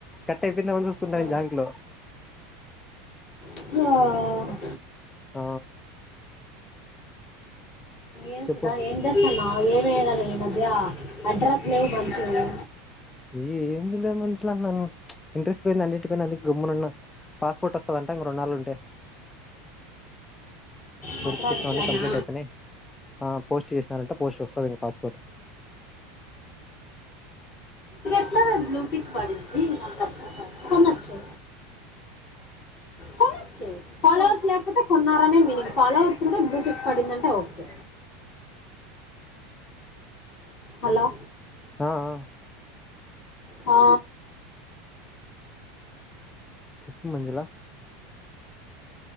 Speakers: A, on the left; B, on the left.
A: కట్ అయిపోయిందో ఏమని చూసుకుంటాను
B: ఆ,
A: నేను జాంక్ లో
B: ఆ
A: ఆ
B: ఏంసిద్ధ
A: చెప్పు
B: ఏంచేస్తున్నావ్? ఆ ఏమెయ్యదని ఈ మధ్య అడ్రాస్ లేవు మనిషివి
A: ఏ ఏంది లే మనుషులందరూ ఇంట్రెస్ట్ పోయింది అన్నింటి పైన, అందుకే గమ్మునున్నా, పాస్పోర్ట్ వస్తదంట ఇంకో రెన్నాళ్లు ఉంటే
B: మొత్తాడిట్లానా
A: వెరిఫికేషన్ అన్నీ కంప్లీట్ అయిపోయినాయి పోస్ట్ చేసినారంట పోస్ట్ వస్తది ఇంక పాస్పోర్ట్
B: అట్లానే బ్లూటిక్ పడింది కొనొచ్చు, కొనొచ్చు ఫాలోవర్స్ లేకపోతే కొన్నారనే మీనింగ్. ఫాలోవర్స్ ఉంటే బ్లూటిక్ పడిందంటే ఓకే హలో
A: ఆ ఆ
B: ఆ
A: చెప్పు మంజులా